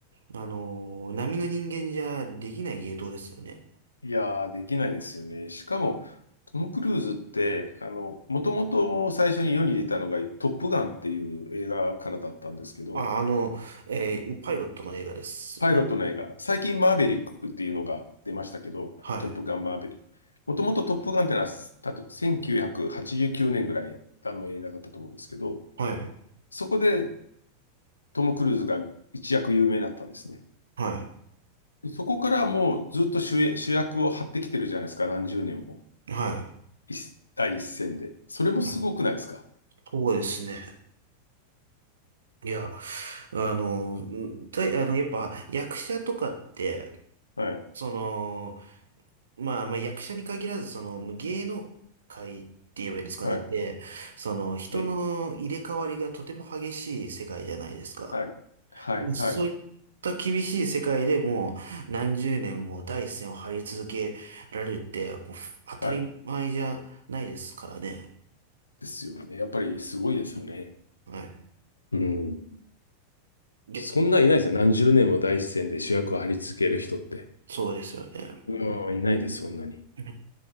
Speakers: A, on the right; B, on the left.
A: あの、並の人間じゃできない芸当ですよね。
B: いやー、できないですよね。しかも、トム・クルーズって、あの、もともと最初に世に出たのが、トップガンっていう映画からだったんですけど、
A: あ、あの、えーパイロットの映画ですよね。
B: パイロットの映画、最近マーヴェリックっていうのが出ましたけど、
A: はい。
B: トップガンマーヴェリック。もともとトップガンってのは、たと1989年ぐらいあの映画だったと思うんですけど、
A: はい。
B: そこでトム・クルーズが一躍有名になったんですね。
A: はい。
B: そこからもうずっと主演主役を張ってきてるじゃないですか、何十年も。
A: はい。
B: 一第一線で。それもすごくないですか
A: はいそうですね。いや、あの、だ、あの、やっぱ役者とかって、
B: はい。
A: その、まあまあ役者に限らず、その芸能界って言えばいいんですかねって、
B: はい。
A: その人の入れ替わりがとても激しい世界じゃないですか。
B: ええ。はい。はい。
A: でそういった厳しい世界でもう何十年も第一線を張り続けられるって、
B: はい。
A: もう当たり前じゃないですからね。
B: はい。ですよね。やっぱりすごいですよね。
A: はい。
B: うん。
A: で、
B: そんないないですよ。何十年も第一線で主役を張り付ける人って。
A: そうですよね。
B: うん。いないです、そんなに。
A: う